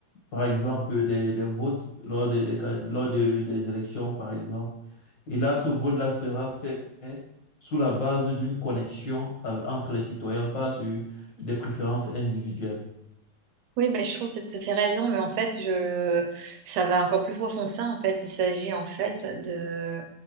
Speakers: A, on the left; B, on the right.
A: par exemple, des, des votes lors des, des ca- lors de- des élections, par exemple. Et là, ce vote-là sera fait sous la base d'une connexion euh, entre les citoyens, pas sur des préférences individuelles.
B: Oui, ben, je trouve que tu as fait raison, mais en fait, je... ça va encore plus profond que ça. En fait, il s'agit en fait de